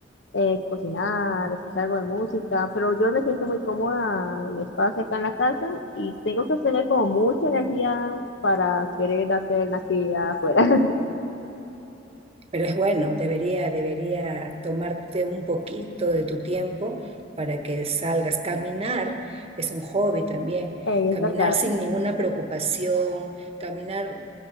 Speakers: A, on the left; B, on the right.
A: eh, cocinar, escuchar algo de música, pero yo me siento muy cómoda en mi espacio acá en la casa y tengo que tener como mucha energía para querer hacer una actividad afuera. <laughs>
B: Pero es bueno, debería, debería tomarte un poquito de tu tiempo para que salgas. Caminar es un hobby también.
A: Eh,
B: Caminar
A: es verdad,
B: sin ninguna preocupación, caminar